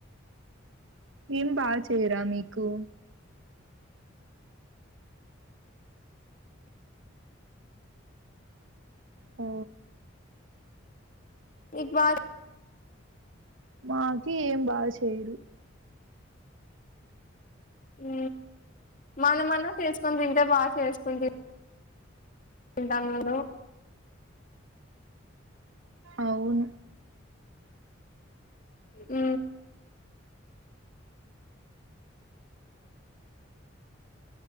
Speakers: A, on the right (about 75°); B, on the left (about 40°).
A: ఏం బా చెయ్యరా మీకు ఓ
B: నీకు బా
A: మాకీ ఏం బా చెయ్యరు
B: ఊ మనం అన్నా చేసుకొని తింటే బా చేసుకొని తి ఉంటాం జూడు
A: అవును
B: ఊ